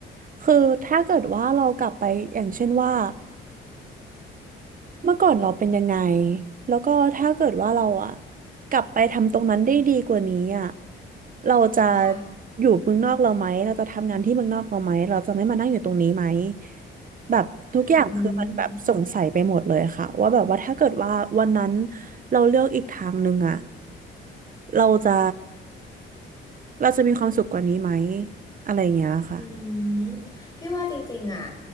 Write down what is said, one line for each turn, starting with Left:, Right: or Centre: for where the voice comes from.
Right: คือถ้าเกิดว่าเรากลับไปอย่างเช่นว่า เมื่อก่อนเราเป็นยังไงแล้วก็ถ้าเกิดว่าเราอะกลับไปทำตรงนั้นได้ดีกว่านี้อะเราจะ
Left: ค่ะ
Right: อยู่เมืองนอกเราไหมเราจะทำงานที่เมืองนอกเราไหมเราจะไม่มานั่งอยู่ตรงนี้ไหมแบบทุกอย่างคือมันแบบสงสัยไปหมดเลยค่ะว่าแบบว่าถ้าเกิดว่าวันนั้น
Left: อืม
Right: เราเลือกอีกทางหนึ่งอะเราจะเราจะมีความสุขกว่านี้ไหมอะไรอย่างเงี้ยค่ะ
Left: อืมพี่ว่าจริงๆอ่ะ